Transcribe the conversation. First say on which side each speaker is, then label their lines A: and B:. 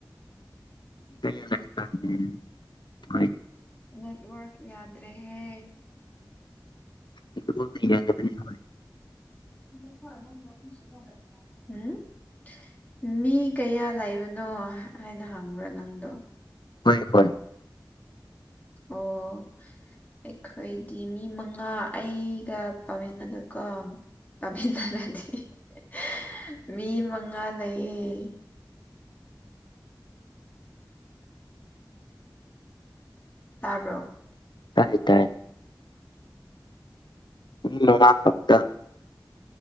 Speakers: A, on the left; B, on the left.
A: <inaudible>
B: ꯅꯜ ꯋꯥꯀꯤꯗ꯭ꯔꯦ ꯍꯦ
A: <inaudible>
B: <unintelligible> ꯎꯝ ꯃꯤ ꯀꯌꯥ ꯂꯩꯕꯅꯣ ꯍꯥꯏꯅ ꯍꯪꯕ꯭ꯔꯥ ꯅꯪꯗꯣ
A: ꯍꯣꯏ ꯍꯣꯏ
B: ꯑꯣ ꯑꯩꯈꯣꯏꯗꯤ ꯃꯤ ꯃꯉꯥ ꯑꯩꯒ ꯄꯥꯝꯃꯤꯟꯅꯒꯀꯣ <unintelligible> ꯃꯤ ꯃꯉꯥ ꯂꯩꯌꯦ ꯇꯥꯔꯕꯣ
A: ꯇꯥꯏꯌꯦ ꯇꯥꯏ <unintelligible> ꯈꯛꯇ